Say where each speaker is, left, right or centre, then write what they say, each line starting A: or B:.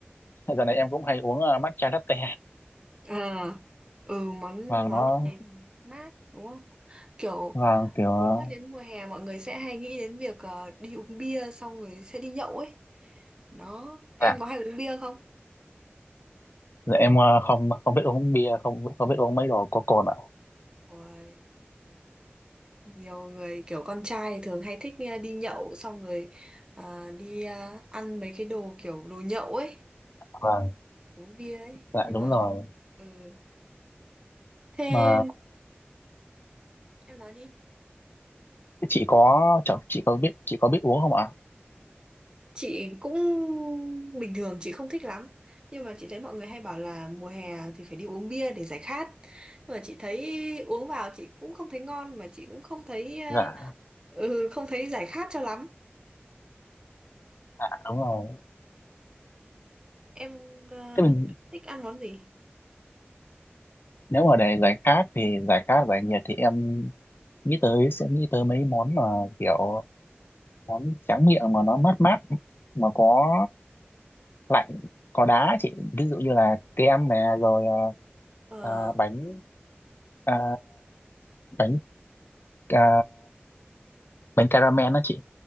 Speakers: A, on the left; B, on the right.
A: dạo này em cũng hay uống uh, matcha latte
B: À, ừ, món
A: và
B: món
A: nó
B: này mát đúng không? Kiểu
A: và kiểu uh,
B: muốn nhắc đến mùa hè mọi người sẽ hay nghĩ đến việc ờ, đi uống bia xong rồi sẽ đi nhậu ấy. Đó, em
A: dạ
B: có hay uống bia không?
A: dạ em à, không không biết uống bia không không biết uống mấy đồ có cồn ạ.
B: Ôi. nhiều người kiểu con trai thường hay thích ờ, đi nhậu xong rồi ờ, đi ờ, ăn mấy cái đồ kiểu đồ nhậu ấy
A: Vâng,
B: uống bia ấy
A: dạ
B: nhưng
A: đúng
B: mà
A: rồi.
B: ừ. thế
A: Mà
B: em nói đi
A: thế chị có chị có biết chị có biết uống không ạ?
B: chị cũng bình thường chị không thích lắm nhưng mà chị thấy mọi người hay bảo là mùa hè thì phải đi uống bia để giải khát nhưng mà chị thấy uống vào chị cũng không thấy ngon mà chị cũng không thấy ờ,
A: Dạ,
B: ừ không thấy giải khát cho lắm
A: dạ đúng rồi.
B: em ờ,
A: Thế mình
B: thích ăn món gì
A: nếu mà để giải khát thì giải khát giải nhiệt thì em nghĩ tới sẽ nghĩ tới mấy món mà kiểu món tráng miệng mà nó mát mát mà có lạnh có đá chị ví dụ như là kem nè rồi
B: ờ
A: ờ, à, bánh à, bánh à, bánh caramel đó chị